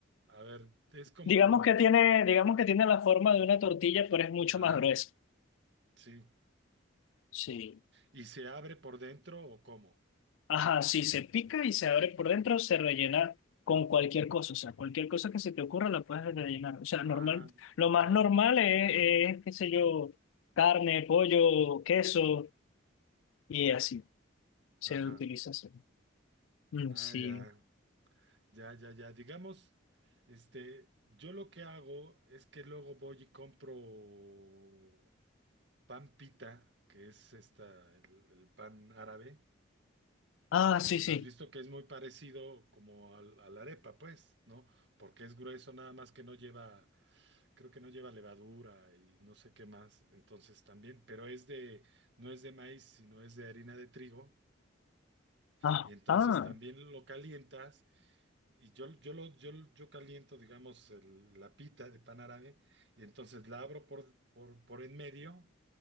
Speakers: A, on the right; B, on the left.
A: a ver, es como,
B: Digamos que tiene, digamos que tiene la forma de una tortilla, pero es mucho
A: ajá,
B: más gruesa.
A: sí.
B: Sí.
A: ¿Y se abre por dentro o cómo?
B: Ajá, sí, se pica y se abre por dentro, se rellena con cualquier cosa, o sea, cualquier cosa que se te ocurra la puedes rellenar. O sea,
A: Ah,
B: normal, lo más
A: ya,
B: normal
A: ya,
B: es, es, qué sé yo, carne, pollo, queso y así, se
A: ajá,
B: utiliza así. Mm,
A: ah,
B: sí.
A: ya. Ya, ya, ya. Digamos, este, yo lo que hago es que luego voy y compro pan pita, que es esta, el, el pan árabe.
B: Ah,
A: No sé
B: sí,
A: si lo
B: sí.
A: has visto, que es muy parecido como al- a la arepa, pues, ¿no? Porque es grueso, nada más que no lleva, creo que no lleva levadura y no sé qué más. Entonces también, pero es de, no es de maíz, sino es de harina de trigo.
B: Ah,
A: Y entonces
B: ah,
A: también lo calientas. Y yo, yo, lo, yo, yo caliento, digamos, el- la pita de pan árabe y entonces la abro por, por, por en medio